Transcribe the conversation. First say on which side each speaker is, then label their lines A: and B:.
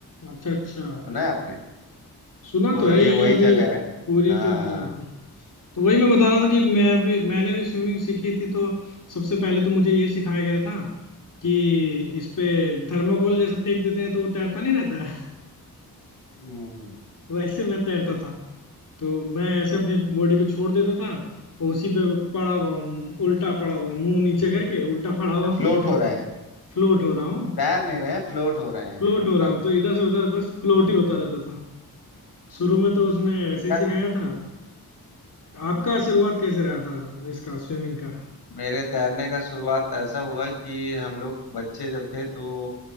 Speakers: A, on the left (about 50°); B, on the left (about 75°).
A: अच्छा अच्छा
B: सुना है आपने
A: सुना
B: तो
A: तो है
B: ये
A: ये
B: वही
A: अभी
B: जगह है
A: पूरी
B: हाँ
A: तो जी- हाँ। तो वही मैं बता रहा था कि मैं
B: तो
A: भी मैंने भी स्विमिंग सीखी थी तो सबसे पहले तो मुझे ये सिखाया गया था कि इस पे थर्माकोल जैसे फेंक देते हैं तो वो तैरता नहीं रहता है
B: हम्म
A: <laughs> वैसे मैं तैरता था तो मैं ऐसे अपनी बॉडी को छोड़ देता था और उसी पे पड़ा हुआ हूँ उल्टा पड़ा हुआ मुंह नीचे करके उल्टा पड़ा हुआ
B: फ्लोट
A: हूँ
B: हो
A: <laughs>
B: रहे हैं
A: फ्लोट हो रहा हूँ
B: तैर नहीं रहे फ्लोट हो रहे हैं
A: फ्लोट
B: मतलब
A: हो रहा हूँ तो इधर से उधर बस फ्लोट
B: हम्म
A: ही होता रहता था शुरू में तो उसने ऐसे
B: क्या
A: ही सिखाया
B: था
A: था
B: हम्म,
A: आपका शुरुआत कैसे रहा था इसका स्विमिंग का
B: मेरे तैरने का शुरुआत तो ऐसा हुआ कि हम लोग बच्चे जब थे तो